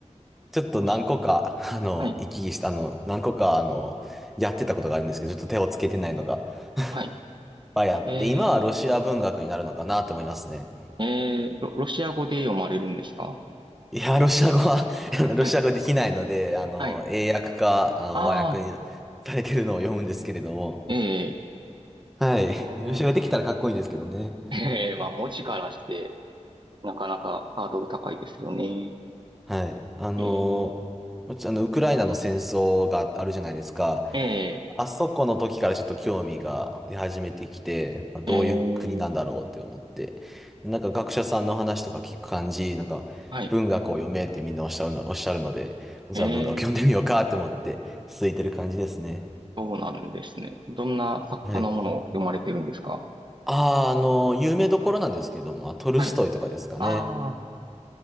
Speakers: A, in the centre; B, on the right.
A: ちょっと何個か、
B: ロシ、
A: あの、
B: はい、
A: 行き来した、あの、何個か、あの、やってたことがあるんですけど、ちょっと手をつけてないのが、い
B: はい。
A: っぱいあって、
B: え
A: 今はロシア文学になるのかなと思いますね。
B: ー、えー、ロ、ロシア語で読まれるんですか
A: いや、ロシア語は <laughs> ロシア語できないので、
B: はい、
A: あの、
B: はい。
A: 英訳か、あの、
B: あ
A: 和訳にされてるのを読むんですけれども、
B: ー、え
A: はい。
B: ー、あー
A: ロシア語できたらかっこいいんですけどね。
B: えー、まあ、文字からして、なかなかハードル高いですよね。
A: はい。あのーもちあの、
B: えー、
A: ウクライナの戦争があるじゃないですか。
B: え
A: あそこの時からちょっと興味が出始めてきて、まあ、どういう国なんだろうって思って。
B: ー、えー、
A: でなんか学者さんの話とか聞く感じ、なんか文学を読めってみんなおっしゃるの、
B: はい、
A: おっしゃるので、じゃあ文学読んでみようかって思って続いてる感じですね。
B: えー、そうなんですね。どんな作家のものを読まれてるんですか
A: はい。あー、あのー有名どころなんですけども、まあトルストイとかですかね。
B: はい。ああ、